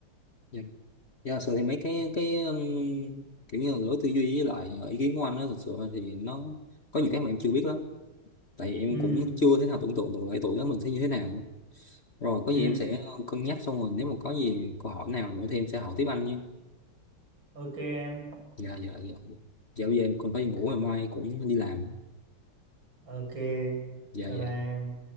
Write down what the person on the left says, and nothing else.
dạ dạ sự thì mấy cái cái um, kiểu như là lối tư duy với lại ý kiến của anh đó thực sự thì nó có nhiều cái mà em chưa biết lắm tại vì em
cũng chưa thể nào tưởng tượng được ở tuổi đó mình sẽ như thế nào Rồi có
gì em sẽ cân nhắc xong rồi nếu mà có gì câu hỏi nào nữa thì em sẽ hỏi tiếp anh nhé.
Dạ dạ dạ. Dạo giờ em còn phải
đi ngủ ngày mai cũng đi làm.
Dạ
dạ.